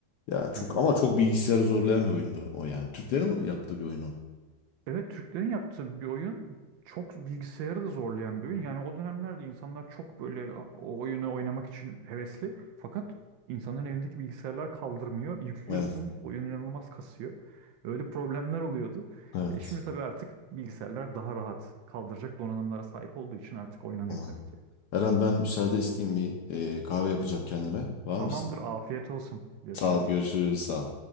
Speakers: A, on the left (about 70°); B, on the right (about 75°).
A: Ya çok
B: <laughs>
A: ama çok bilgisayarı zorlayan bir oyundu o yani. Türklerin yaptığı bir oyunu.
B: Evet Türklerin yaptığı bir oyun çok bilgisayarı da zorlayan bir oyun. Yani o dönemlerde insanlar çok böyle o oyunu oynamak için hevesli. Fakat insanların evindeki bilgisayarlar kaldırmıyor. Yüklüyorsun
A: Evet,
B: oyun inanılmaz kasıyor. Öyle problemler oluyordu.
A: evet.
B: E şimdi tabii artık bilgisayarlar daha rahat kaldıracak donanımlara sahip olduğu için artık oynanıyor
A: Aman.
B: tabii ki.
A: Eren ben müsaade isteyeyim bir e, kahve yapacağım kendime. Var
B: Tamamdır
A: mı isteğin?
B: afiyet olsun. Görüşürüz.
A: Sağ ol, görüşürüz, sağ ol.